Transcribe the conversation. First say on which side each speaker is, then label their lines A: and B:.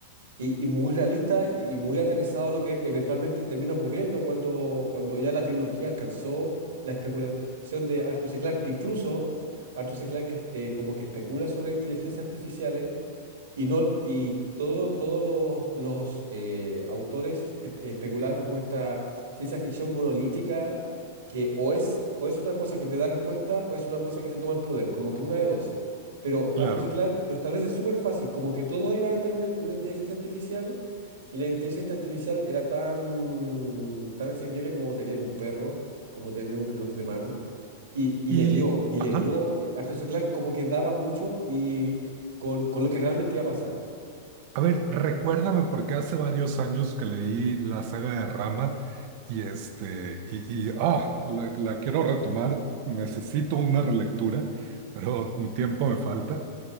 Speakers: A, on the right (about 75°); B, on the right (about 55°).
A: y, y muy realista y muy aterrizado a lo que eventualmente termina ocurriendo cuando, cuando ya la tecnología alcanzó la especulación de Arthur C. Clarke. Incluso Arthur C. Clarke eh, como que especula sobre inteligencias artificiales y, no, y todo- todos los, los, eh, autores espe- especulaban como esta ciencia ficción monolítica que o es, o es una cosa que te da respuesta o es una cosa que se toma el poder, como que una de dos. Pero Arthur
B: claro.
A: C. Clarke lo establece súper fácil, como que todos iban a tener una, una inteligencia artificial y la inteligencia artificial era tan, tan asequible como tener un perro, como tener un reloj de mano. Y, y
B: Y,
A: le dio, y
B: ajá,
A: le dio, eh, Arthur C. Clarke como que daba mucho y con, con lo que realmente iba a pasar.
B: a ver, recuérdame porque hace varios años que leí la saga de Rama y este, y, y, ah, la la quiero retomar, necesito una relectura, pero tiempo me falta.